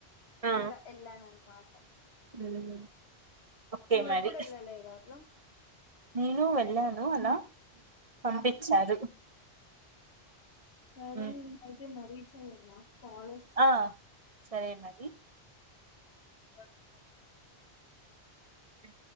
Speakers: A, on the right (about 35°); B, on the left (about 70°).
A: ఆ
B: ఇంకా ఎల్లాననుమాట
A: ఉమ్ ఓకే
B: నువ్వు
A: మరి
B: ఎప్పుడు ఎల్లా లేద అట్లా
A: నేను వెళ్ళాను అలా పంపించారు
B: సరేలే
A: ఉమ్
B: ఇంకోచేపు మరి చేయల్లా ఫాలస్
A: ఆ సరే మరి
B: అ
A: అ